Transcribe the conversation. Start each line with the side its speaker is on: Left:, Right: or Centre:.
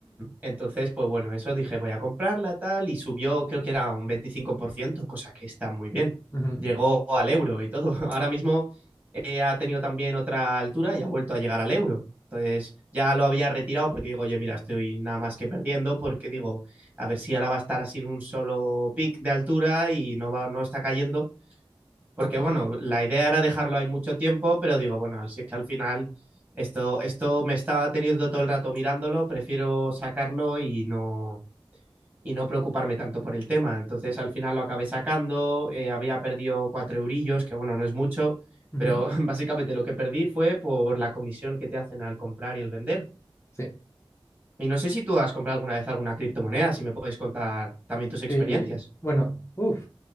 Right: Entonces, pues bueno, eso dije, voy a comprarla tal, y subió, creo que era un veinticinco por ciento cosa que está muy bien.
Left: Ujú,
Right: Llegó al euro y todo. <laughs> Ahora mismo eh, ha tenido también otra altura y ha vuelto a llegar al euro. Entonces, ya lo había retirado porque digo, oye, mira, estoy nada más que perdiendo, porque digo, a ver si ahora va a estar así en un solo pic de altura y no va, no está cayendo. Porque bueno, la idea era dejarlo ahí mucho tiempo, pero digo, bueno, si es que al final esto, esto me estaba teniendo todo el rato mirándolo, prefiero sacarlo y no, y no preocuparme tanto por el tema. Entonces al final lo acabé sacando, eh, había perdido cuatro eurillos, que bueno, no es mucho,
Left: ujú.
Right: pero <laughs> básicamente lo que perdí fue por la comisión que te hacen al comprar y el vender.
Left: Sí,
Right: Y no sé si tú has comprado alguna vez alguna criptomoneda, si me puedes contar también tus experiencias.
Left: sí. Bueno, uff.